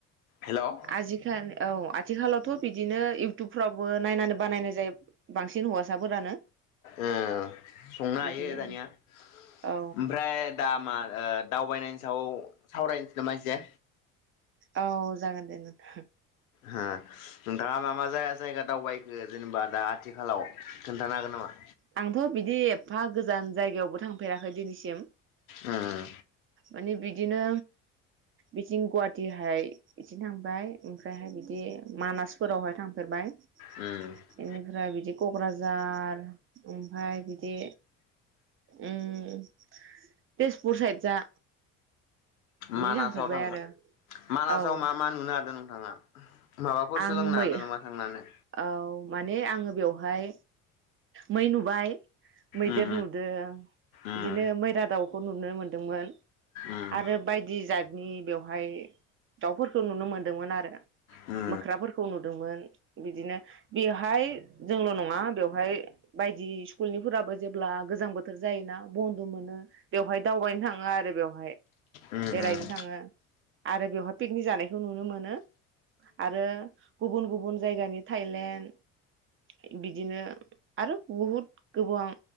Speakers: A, on the left (about 85°); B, on the right (about 30°).
A: हेल'
B: आजिखालि औ आथिखालावथ' बिदिनो इउथुबफ्रावबो नायनानै बानायनाय जायो बांसिन हौवासाफोरानो
A: ओ संनो हायो
B: बिदिनो
A: दानिया ओमफ्राय
B: औ
A: दामा ओ दावबायनायनि सायाव सावरायनोसै नामा एसे?
B: औ जागोन दे नोंथां
A: हा <unintelligible> दावबायखो जेनेबा दा आथिखालाव खोन्थानो हागोन नामा
B: आंथ' बिदि एफा गो जान जायगायावबो थांफेराखै दिैसिम
A: उम
B: माने बिद बिदिनो बिथिं गुवाहाटिहाय बिथिं थांबाय ओमफ्रायहाय बिदि मानासफोरावहाय थांफेरबाय ।
A: उम
B: बेनिफ्राय बिदि क'क्राझा जार ओमफ्राय बिदि उम तेजपुर सायद जा बिदि
A: मानासाव
B: थांफेरबाय
A: थांना
B: आरो
A: मानासाव
B: औ
A: मा मा नुनो हादों? आङा माबाफोर
B: आं
A: सोलोंनो
B: मै
A: हादों नोमा थांनानै
B: औ माने आङो बेवहाय मै नुबाय मैदेर
A: उम
B: नुदो
A: उम
B: बिदिनो मैरा दाउखौ नुनो मोनदों । दोंमोन
A: उम उम
B: आरो बायदि जतनि बेव हाय दाउफोरखो नुनो मोनदोंमोन आरो ।
A: उम
B: मोख्राफोरखौ नुदोंमोन बिदिनो बेवहाय जोंल नङा बेवहाय बायदि स्कुलनिफोराबो जेब्ला गोजां बोथोर जायोना बन्द मोनो बेवहाय दावबायनो थाङो आरो बेव हाय
A: उम
B: बेरायनो
A: उम
B: थाङो आरो बेवहाय पिकनि जानायखौ नुनो मोनो आरो गुबुन गुबुन जायगानि थायलेण्ड बिदिनो आरो बहुद गोबां